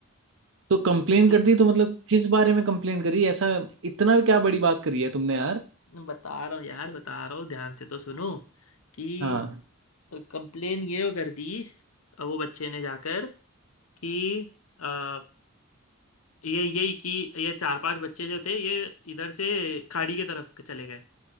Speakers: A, on the right; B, on the left.
A: तो कंप्लेन
B: तो
A: कर दी तो मतलब किस बारे में कंप्लेन करी ऐसा इतना क्या बड़ी बात करी है तुमने यार
B: बता रहा हूँ यार बता रहा हूँ ध्यान से तो सुनो कि
A: हाँ
B: कंप्लेन ये कर दी अ, वो बच्चे ने जाकर कि अ, ये यही कि ये चार पांच बच्चे जो थे ये इधर से खाड़ी के तरफ चले गए